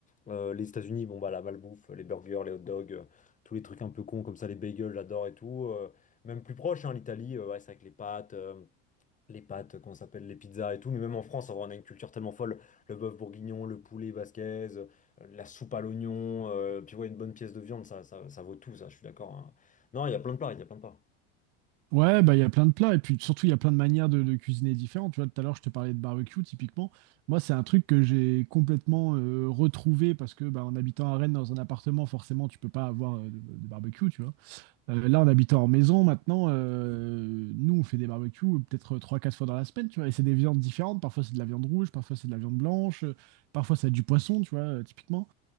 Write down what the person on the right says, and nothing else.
Ouais, bah, il y a plein de plats. Et puis, surtout, il y a plein de manières de, de cuisiner différentes. Tu vois, tout à l'heure, je te parlais de barbecue, typiquement. Moi, c'est un truc que j'ai complètement euh, retrouvé parce que, bah, en habitant à Rennes, dans un appartement, forcément, tu peux pas avoir euh, de, de barbecue, tu vois. Euh, là, en habitant en maison, maintenant, euh, nous, on fait des barbecues euh, peut-être trois, quatre fois dans la semaine, tu vois, et c'est des viandes différentes. Parfois, c'est de la viande rouge, parfois, c'est de la viande blanche, euh, parfois, c'est du poisson, tu vois, euh, typiquement.